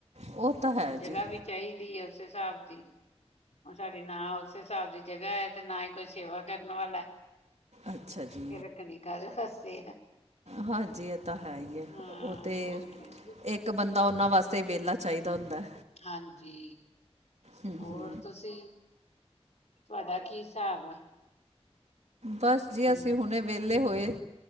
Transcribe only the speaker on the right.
ਉਹ ਤਾਂ ਹੈ
ਜੀ
ਅੱਛਾ ਜੀ,
ਹਾਂਜੀ ਇਹ ਤਾਂ ਹੈ ਹੀ ਹੈ,
ਉਹ ਤੇ
ਇੱਕ ਬੰਦਾ ਉਹਨਾਂ ਵਾਸਤੇ ਤੇ ਵਿਹਲਾ ਚਾਹੀਦਾ ਹੁੰਦਾ।
ਹੂੰ-ਹੂੰ।
ਬਸ
ਜੀ ਅਸੀਂ ਹੁਣੇ ਵਿਹਲੇ ਹੋਏ,